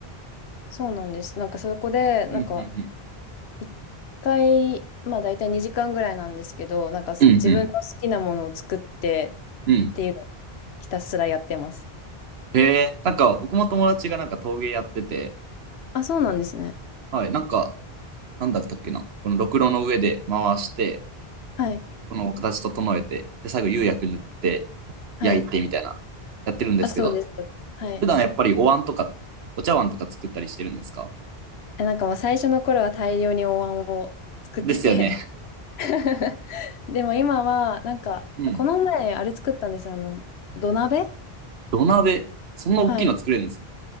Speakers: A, on the left; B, on the right.
A: そうなんです。なんかそこで、なんか
B: うん、うん、うん。
A: 1回、まあ大体2時間ぐらいなんですけど、なんか自分の好きなものを作って
B: うん、うん、うん。
A: っていうのをひたすらやってます。
B: へえ。なんか、僕も友達がなんか陶芸やってて、
A: あ、そうなんですね。
B: はい、なんか、なんだったっけな。このろくろの上で回して、
A: はい。
B: この形整えて、で、最後釉薬塗って
A: はい。
B: 焼いてみたいな、やってるんですけど、
A: あ、そうです。はい。
B: 普段やっぱりお椀とか、お茶碗とか作ったりしてるんですか
A: え、なんかもう最初の頃は大量にお椀を作ってて
B: ですよね。
A: <laughs> でも今は、なんか、
B: うん。
A: あこの前、あれ作ったんです。あの、土鍋
B: 土鍋。そんな大きいの作れるんですね。
A: はい。